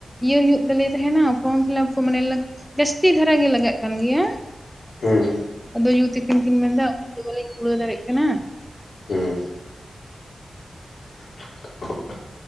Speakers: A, in the centre; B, on the left.
A: ᱤᱭᱟᱹ ᱦᱩᱭᱩᱜ ᱛᱟᱞᱮ ᱛᱟᱦᱮᱱᱟ ᱯᱷᱚᱨᱚᱢ ᱯᱷᱤᱞᱟᱯ ᱠᱚ ᱢᱟᱱᱮ ᱞᱟᱹᱠᱼᱼ ᱡᱟᱹᱥᱛᱤ ᱫᱷᱟᱨᱟ ᱜᱮ ᱞᱟᱜᱟᱜ ᱠᱟᱱ ᱜᱮᱭᱟ᱾
B: ᱦᱩᱸ
A: ᱟᱫᱚ ᱭᱩ ᱛᱟᱹᱠᱤᱱ ᱠᱤᱱ ᱢᱮᱱᱫᱟ᱾ <inaudible> ᱫᱚ ᱵᱟᱟᱹᱞᱤᱧ ᱠᱩᱲᱟᱹᱣ ᱫᱟᱲᱮᱜ ᱠᱟᱱᱟ᱾
B: ᱦᱩᱸ᱾ <inaudible>